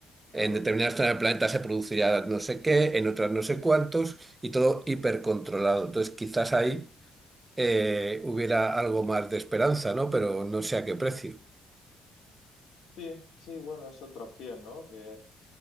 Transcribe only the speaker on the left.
claro.
Sí, sí, bueno, es otra opción, ¿no? Que,